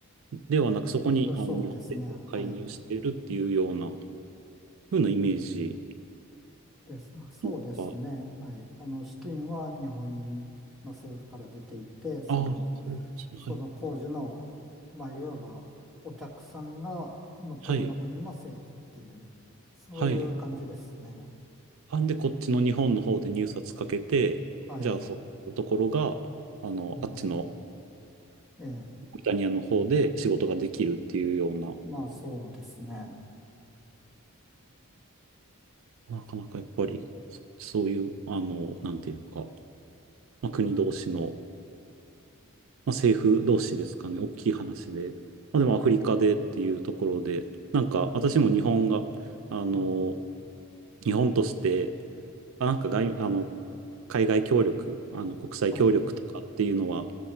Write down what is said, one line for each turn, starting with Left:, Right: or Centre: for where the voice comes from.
Right: ではなく、そこにあの日本政府が介入しているっていうような、
Centre: そうですね。はい。
Right: ふうなイメージ
Centre: です。そうですね。
Right: のか。
Centre: はい。あの、資金は日本の政府から出ていて、その、
Right: ああ、そうですね。
Centre: その工事の、
Right: はい。
Centre: まあ、いわばお客さんが向こうの国の政府っていう、
Right: はい。
Centre: そういう感じですね。
Right: はい。あんで、こっちの日本の方で入札かけて、
Centre: はい。
Right: じゃあ、そういうところが、あの、
Centre: うん。
Right: あっちの
Centre: ええ。
Right: リタニアの方で仕事ができるっていうような、
Centre: まあ、そうですね。
Right: あーなかなかやっぱり、そそういう、あの、なんていうか、まあ、国同士の、まあ、政府同士ですかね、大きい話で、まあ、でもアフリカでっていうところで、なんか私も日本が、あの、
Centre: はい。
Right: 日本として、あなんか外、あの、海外協力、あの、国際協力とかっていうのは、
Centre: はい。